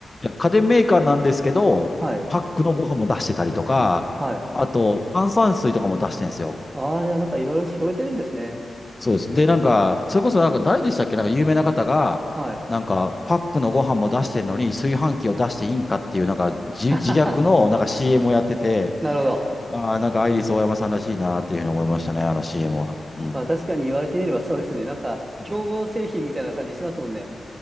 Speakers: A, on the left; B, on the right.
A: 家電メーカーなんですけど、
B: はい。
A: パックのご飯も出してたりとか、
B: はい。
A: あと炭酸水とかも出してるんですよ。
B: ああ、じゃあなんかいろいろ広げてるんですね。
A: そうです。で、なんか、それこそなんか誰でしたっけなんか有名な方が、
B: はい。
A: なんかパックのご飯も出してるのに炊飯器を出していいんかっていうなんか自、
B: <laughs>
A: 自虐のなんか CM をやってて、
B: なるほど。
A: ああ、なんかアイリスオーヤマさんらしいなっていうのを思いましたね、あの CM は。うん。
B: まあ確かに言われてみればそうですね。なんか、
A: うん
B: 競合製品みたいな感じしますもんね。